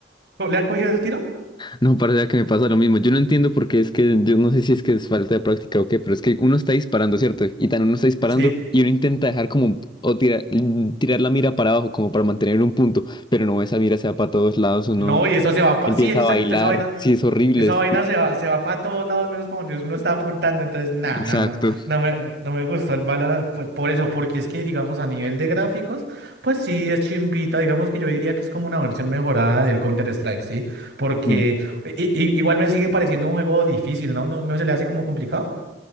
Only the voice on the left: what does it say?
No, parce, vea que me pasa lo mismo. Yo no entiendo por qué es que, yo no sé si es que es falta de práctica o qué, pero es que uno está disparando, ¿cierto? Y tan uno está disparando
y uno intenta dejar como, o tirar, tirar la mira para abajo como para mantener un punto, pero no, esa mira se va para todos lados, uno...
Empieza
a bailar,
sí, es horrible.
es-
Exacto.
Mm.